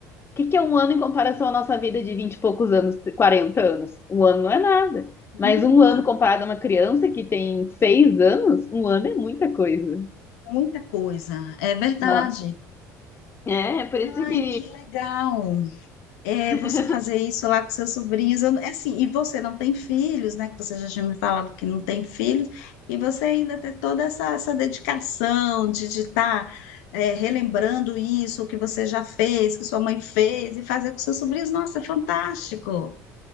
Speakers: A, on the left; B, on the left.
A: que que é um ano em comparação à nossa vida de vinte e poucos anos, 40 anos? Um ano não é nada. Mas
B: Muda
A: um ano comparado a uma criança que tem seis anos, um ano é muita coisa.
B: muita coisa. É verdade.
A: Ó, É, é por isso
B: Ai,
A: que
B: que legal. é
A: <laughs>
B: você fazer isso lá com seus sobrinhos. Eu não- é assim, e você não tem filhos, né? Que você já tinha me falado que não tem filhos, e você ainda tem toda essa, essa dedicação de estar relembrando isso, o que você já fez, que sua mãe fez, e fazer com seus sobrinhos. Nossa, é fantástico!